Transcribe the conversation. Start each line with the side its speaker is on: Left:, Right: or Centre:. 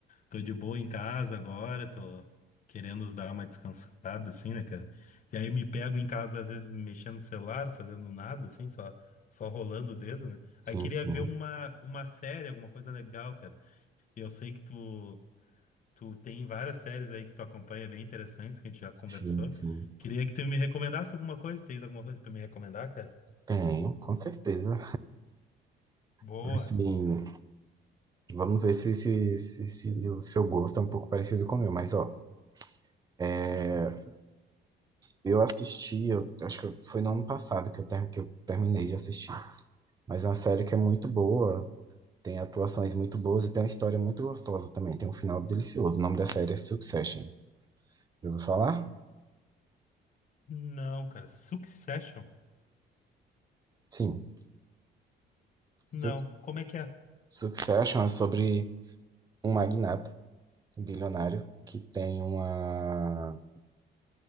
Left: tô de boa em casa agora, tô querendo dar uma descansada, assim, né, cara? E aí me pego em casa, às vezes, mexendo no celular, fazendo nada, assim, só, só rolando o dedo, né?
Right: Sim,
Left: Aí queria
Right: sim.
Left: ver uma, uma série, alguma coisa legal, cara. E eu sei que tu. Tu tem várias séries aí que tu acompanha bem interessantes, que a gente já conversou.
Right: Sim, sim.
Left: Queria que tu me recomendasse alguma coisa. Tens alguma coisa pra me recomendar, cara?
Right: Tenho, com certeza.
Left: Boa.
Right: Assim, vamos ver se, se, se, se o seu gosto é um pouco parecido com o meu, mas ó, é, eu assisti, eu, acho que foi no ano passado que eu, ter, que eu terminei de assistir. Mas é uma série que é muito boa, tem atuações muito boas e tem uma história muito gostosa também, tem um final delicioso. O nome da série é Succession. Já ouviu falar?
Left: Não, cara. Succession?
Right: Sim. Su-
Left: Não. Como é que é?
Right: Succession é sobre um magnata Um bilionário que tem uma,